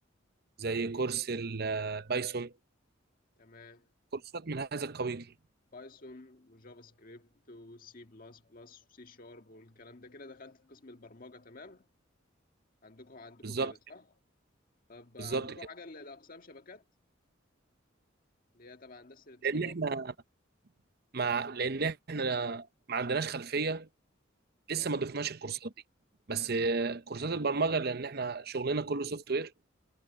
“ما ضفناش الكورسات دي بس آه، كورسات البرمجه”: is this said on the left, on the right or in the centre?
Right